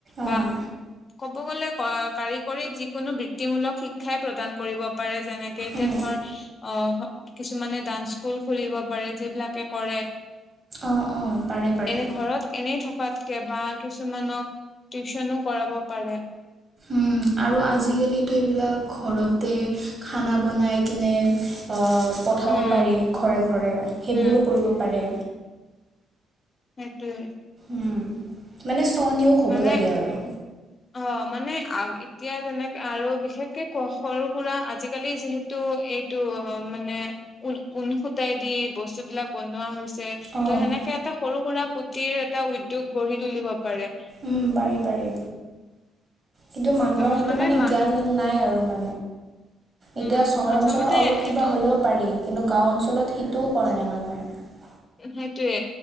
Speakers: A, on the right; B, on the left.
A: অঁ
B: বা কব গলে কাৰিকৰীত যিকোনো বৃত্তিমূলক শিক্ষাই প্ৰদান কৰিব পাৰে যেনেকে এতিয়া
A: উম
B: ধৰ অ কিছুমানে ডান্স স্কুল খুলিব পাৰে যিবিলাকে কৰে
A: অঁ অঁ পাৰে পাৰে।
B: এনে ঘৰত এনেই থকাতকে বা কিছুমানক টিউচনো কৰাব পাৰে।
A: উম আৰু আজিকালো এইবিলাক ঘৰতে খানা বনাই কিনে পঠাব
B: উম
A: পাৰি ঘৰে ঘৰে সেইবোৰো
B: উম
A: কৰিব পাৰে
B: সেইটোৱে
A: উ মানে সনিয়োগ হ'ব
B: মানে
A: লাগে আৰু।
B: অ', মানে আ, এতিয়া যেনেকৈ, আৰু বিশেষকৈ সৰু-সুৰা আজিকালি যিহেতু এইটো', মানে, ঊণৰ সূতাৰে দি বস্তুবিলাক বনোৱা হৈছে। ত'
A: অ'।
B: যেনেকৈ এটা সৰু-সুৰা পুঁজিৰ এটা উদ্যোগ গঢ়ি তুলিব পাৰে।
A: উম, পাৰি পাৰি। কিন্তু, মানুহৰ
B: ত
A: এইটো মানে
B: মান
A: জ্ঞান নাই আৰু মান এতিয়া
B: উম
A: চহৰ
B: আচলতে
A: অঞ্চলত অলপ কিবা
B: এইটো
A: হ'লেও পাৰি। কিন্তু গাও অঞ্চলত সিটোও কৰে নাই মানুহে।
B: হেটোৱে